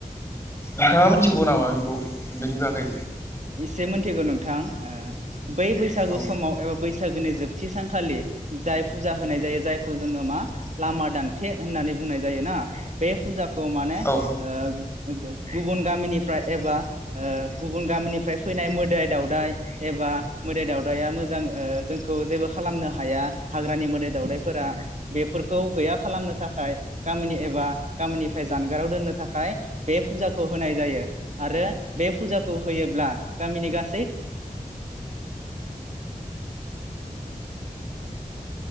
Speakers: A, on the left; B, on the right.
A: नोंथाङा मिथिगौ नामा बेखौ? बेनि बागै
B: इसे मोनथिगो नोंथां। ओ बै बैसागु
A: औ
B: समाव एबा बैस बैसागोनि जोबथि सानखालि जाय फुजा होनाय जायो जायखौ जोङो मा लामा दान्थे होननानै बुंनाय जायो ना बे फुजा खौ माने
A: औ
B: ओ ओ गुबुन गामिनिफ्राय एबा ओ बे फुजाखौ होयोब्ला गामिनि गा